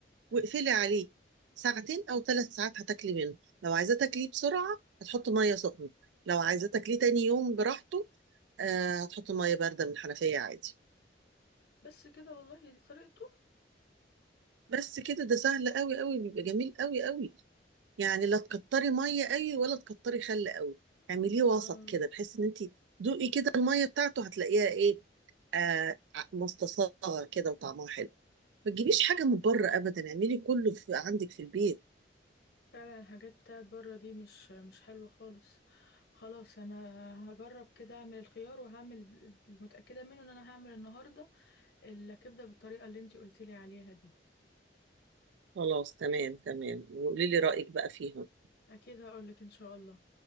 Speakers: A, on the right; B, on the left.
A: واقفلي عليه ساعتين او ثلاث ساعات هتاكلي منه لو عايزاه تاكليه بسرعه هتحطي ميه سخنه لو عايزاه تاكليه تاني يوم براحته آه هتحطي ميه بارده من الحنفيه عادي
B: بس كده والله دي طريقته
A: بس كده ده سهل قوي قوي بيبقى جميل قوي قوي يعني لا تكتري ميه قوي ولا تكتري خل قوي اعمليه وسط
B: آه
A: كده بحيث ان انت دوقي كده الميه بتاعته هتلاقيها ايه آه آه، مستصاغه كده وطعمها حلو ما تجيبيش حاجه من بره ابدا اعملي كله في عندك في البيت
B: فعلا الحاجات بتاعت بره دي مش مش حلوة خالص خلاص انا هجرب كده اعمل الخيار وهعمل المتأكدة منه ان انا هعمل النهاردة الكبدة بالطريقة اللي انتي قلتيلي عليها دي
A: خلاص تمام تمام وقولي لي رايك بقى فيها
B: اكيد هقولك ان شاء الله